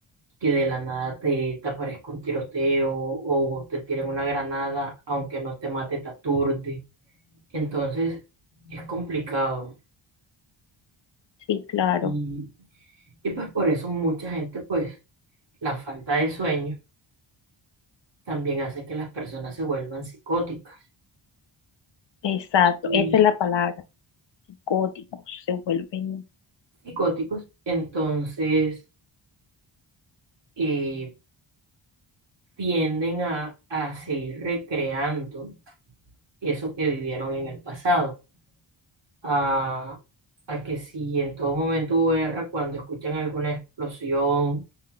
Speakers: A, on the right; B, on the left.
A: que de la nada te, te aparezca un tiroteo o te tiren una granada, aunque no te mate, te aturde. Entonces es complicado.
B: Sí, claro.
A: Y, y pues por eso mucha gente, pues la falta de sueño también hace que las personas se vuelvan psicóticas.
B: Exacto,
A: Y
B: esa es la palabra. Psicóticos se vuelven.
A: psicóticos, entonces, eh, tienden a, a seguir recreando eso que vivieron en el pasado. a, a que si en todo momento UR, cuando escuchan alguna explosión